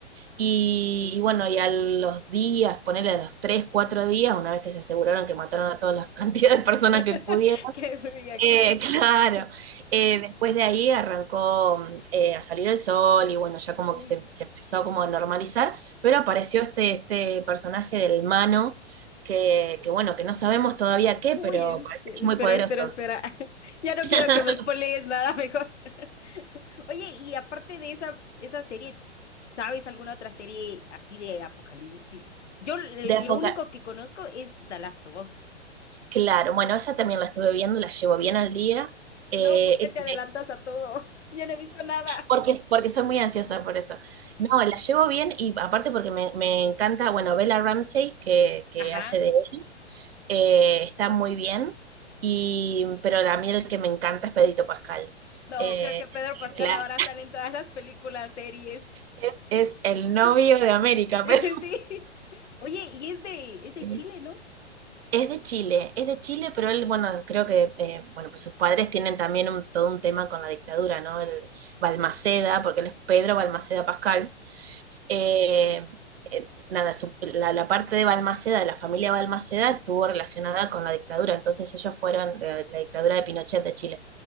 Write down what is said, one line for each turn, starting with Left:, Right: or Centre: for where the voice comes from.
Right: Y,
Left: Mm.
Right: y bueno, y a los días, ponerle a los tres, cuatro días, una vez que se aseguraron que mataron a todas las <laughs> cantidades de personas
Left: <laughs>
Right: que pudieron,
Left: Qué muy bien.
Right: eh, <laughs> claro, Eh, después de ahí arrancó mm, eh, a salir el sol y bueno, ya como
Left: Uy,
Right: que se, se empezó como a normalizar, pero apareció este, este personaje del Mano, que, que bueno, que no sabemos todavía qué,
Left: uy,
Right: pero
Left: este,
Right: parece que es muy
Left: espera,
Right: poderoso.
Left: espera, espera. <laughs> Ya no
Right: <coughs>
Left: quiero que me spoilees nada mejor. <laughs> Oye, y aparte de esa, esa serie, ¿sabes alguna otra serie así de apocalipsis? Yo l-
Right: De época,
Left: lo único que conozco es The Last of Us.
Right: claro, bueno, esa también la estuve viendo, la llevo bien al día, eh,
Left: No, ¿por qué
Right: eh,
Left: te adelantas
Right: eh,
Left: a todo? <laughs> Yo no he visto nada.
Right: porque, porque soy muy ansiosa por eso. No, la llevo bien y aparte porque me, me encanta, bueno, Bella Ramsey, que, que
Left: Ajá.
Right: hace de él, eh, está muy bien, y, pero la mí el que me encanta es Pedrito Pascal.
Left: No,
Right: Eh,
Left: creo que Pedro Pascal
Right: claro,
Left: ahora sale en todas las películas, series.
Right: es, es el novio de América,
Left: <laughs> Sí.
Right: <laughs> pero
Left: Oye, y es de, es de
Right: Sí.
Left: Chile, ¿no?
Right: es de Chile, es de Chile, pero él, bueno, creo que eh, bueno, pues sus padres tienen también un- todo un tema con la dictadura, ¿no? El Balmaceda, porque él es Pedro Balmaceda Pascal. Eh, eh, nada, su- la, la parte de Balmaceda, de la familia Balmaceda, estuvo relacionada con la dictadura, entonces ellos fueron de la dictadura de Pinochet de Chile.